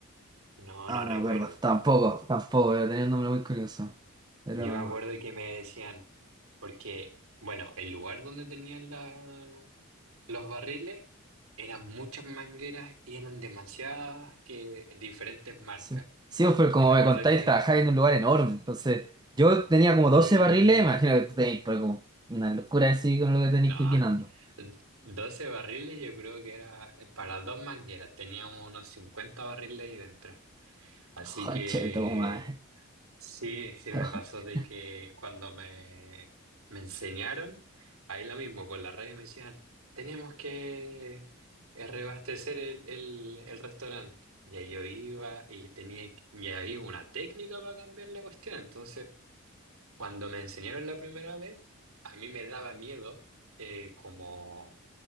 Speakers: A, on the right; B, on the right.
A: no,
B: Ah,
A: no recuerdo.
B: no me acuerdo. Tampoco, tampoco, pero tenía un nombre muy curioso. Pero,
A: Yo me acuerdo que me decían, porque, bueno, el lugar donde tenían la- los barriles eran muchas mangueras y eran demasiadas que diferentes marcas.
B: sí. Sí, pues, pero como
A: Y me
B: me
A: acuerdo
B: contáis,
A: que...
B: trabajáis en un lugar enorme. Entonces, yo tenía como
A: Sí,
B: 12 barriles, imagino que tú tenéis pero como una locura así con lo que tenéis
A: No,
B: que ir llenando.
A: 12 barriles yo creo que era eh, para dos mangueras, teníamos unos 50 barriles ahí dentro. Así
B: Joche,
A: que
B: toma. eh.
A: sí, sí
B: <laughs>
A: me pasó de que cuando me, me enseñaron, ahí lo mismo, con la radio me decían, tenemos que rebastecer el, el, el restaurante. Y ahí yo iba y tenía, que- y había una técnica para cambiar la cuestión, entonces... Cuando me enseñaron la primera vez, a mí me daba miedo eh, como